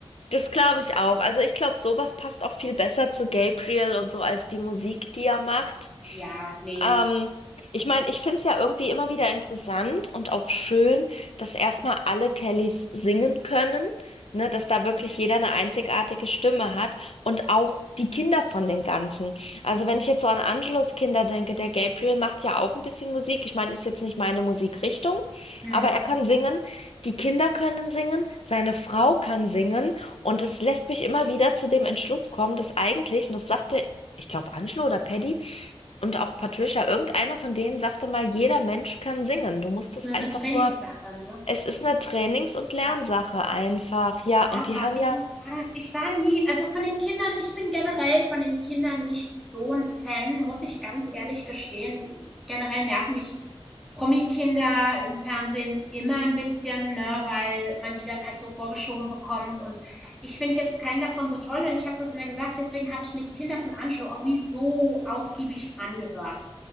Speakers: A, on the left; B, in the centre.
A: Das glaube ich auch. Also ich glaube, sowas passt auch viel besser zu Gabriel und so als die Musik, die er macht.
B: Ja, nee.
A: Ähm, ich meine, ich finde es ja irgendwie immer wieder interessant und auch schön, dass erstmal alle Kellys singen können, ne, dass da wirklich
B: Hm.
A: jeder eine einzigartige Stimme hat und auch die Kinder von den Ganzen. Also wenn ich jetzt so an Angelos Kinder denke, der Gabriel macht ja auch ein bisschen Musik. Ich meine, ist jetzt nicht meine Musikrichtung,
B: Hm.
A: aber er kann singen. Die Kinder können singen, seine Frau kann singen. Und das lässt mich immer wieder zu dem Entschluss kommen, dass eigentlich, und das sagte, ich glaube, Angelo oder Paddy und auch Patricia, irgendeiner von denen sagte mal, jeder Mensch kann singen. Du musst
B: Das ist
A: es
B: nur eine
A: einfach
B: Trainingssache,
A: nur,
B: ne?
A: es ist eine Trainings- und Lernsache
B: Ja.
A: einfach. Ja, und
B: Aber
A: die haben
B: ich
A: ja,
B: muss sagen, ich war nie, also von den Kindern, ich bin generell von den Kindern nicht so ein Fan, muss ich ganz ehrlich gestehen. Generell nerven mich Promi-Kinder im Fernsehen immer ein bisschen, ne, weil man die dann halt so vorgeschoben bekommt. Und ich finde jetzt keinen davon so toll. Und ich habe das immer gesagt, deswegen habe ich mir die Kinder von Angelo auch nie so ausgiebig angehört.